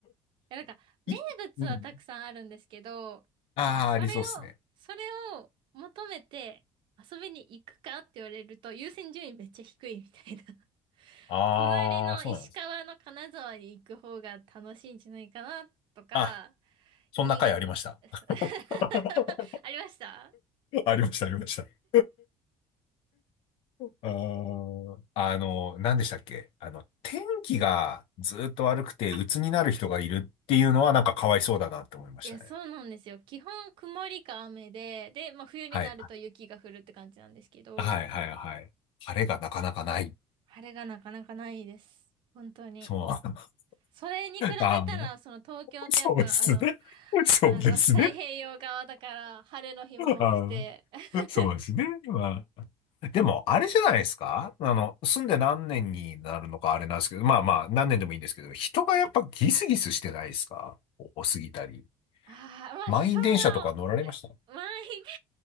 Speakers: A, on the right; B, on the left.
A: やなんか、
B: いうん。
A: 名物はたくさんあるんですけど、
B: ああ、
A: なんか、それを、
B: ありそうっすね。
A: それを求めて遊びに行くかって言われると、優先順位めっちゃ低いみたいな。<laughs>
B: ああ、
A: 隣の石川の金沢に行く方が楽しいんじゃないかなとか、
B: そうなんです。あ、そんな回ありました。
A: 新潟、<laughs>
B: <laughs>
A: ありました
B: ありました、ありました。あーあの、何でしたっけあの、天気がずっと悪くて鬱になる人がいるっていうのはなんかかわいそうだなって思いましたね。
A: あいや、そうなんですよ。基本曇りか雨で、で、まあ冬になると雪が降るって感じなんですけど、
B: はい。はい、はい、はい。晴れがなかなかない。
A: 晴れがなかなかないです。本当に。
B: そう。
A: それに比べたら、
B: <laughs> あー
A: その東京ってやっぱあの、
B: そうですね。そうですね。
A: あの、太平洋側だから晴れの日も多くて、
B: あ
A: <laughs>
B: ーそうですね。まあでも、あれじゃないですかあの、住んで何年になるのかあれなんですけど、まあまあ、何年でもいいんですけど、人がやっぱギスギスしてないですか多すぎたり。
A: ああ、まあ人は、
B: 満員電車とか乗られました
A: いや満員電
B: <laughs>